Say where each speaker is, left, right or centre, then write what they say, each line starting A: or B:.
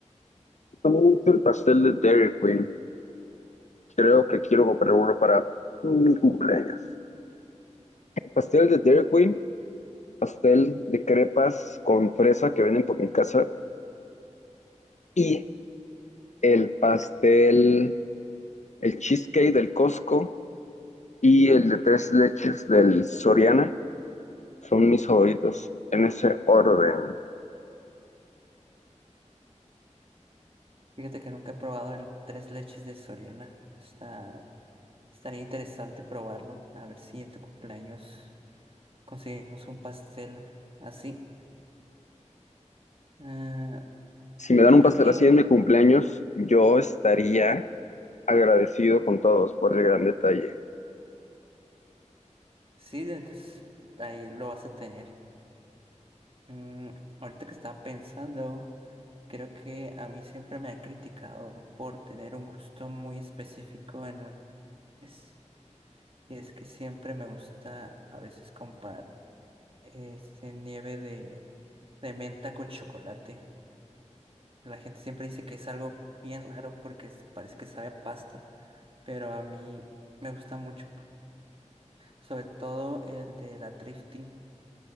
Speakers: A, on the left (about 70°); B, on the right (about 45°).
A: También me gusta el pastel de Dairy Queen. Creo que quiero comprar uno para mi cumpleaños. Pastel de Dairy Queen. pastel de crepas con fresa que venden por mi casa y el pastel, el cheesecake del Costco y el de tres leches del Soriana son mis favoritos en ese orden.
B: Fíjate que nunca he probado el tres leches de Soriana. Está, estaría interesante probarlo. A ver si en tu cumpleaños conseguimos un pastel así. Eh,
A: Si me dan un
B: creo
A: pastel
B: que
A: así en mi cumpleaños, yo estaría agradecido con todos por el gran detalle.
B: Sí, entonces ahí lo vas a tener. Mm, ahorita que estaba pensando, creo que a mí siempre me han criticado por tener un gusto muy específico en un es- Y es que siempre me gusta a veces comprar este nieve de, de menta con chocolate. La gente siempre dice que es algo bien raro porque es- parece que sabe a pasta, pero a mí me gusta mucho. Sobre todo el de la Thrifty.